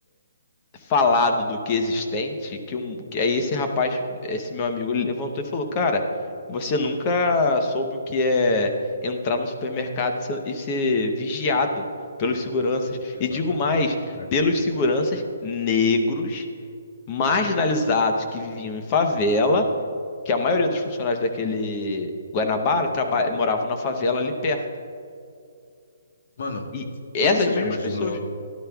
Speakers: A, on the left; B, on the left.
A: falado do que existente, que, um, que aí esse rapaz, esse meu amigo, ele levantou e falou, cara, você nunca soube o que é entrar no supermercado e ser, e ser vigiado pelos
B: É,
A: seguranças.
B: exatamente.
A: E digo mais,
B: é.
A: pelos seguranças negros, marginalizados que viviam em favela, que a maioria dos funcionários daquele Guanabara traba- moravam na favela ali perto.
B: Mano,
A: E essas
B: e você
A: mesmas
B: já imaginou?
A: pessoas,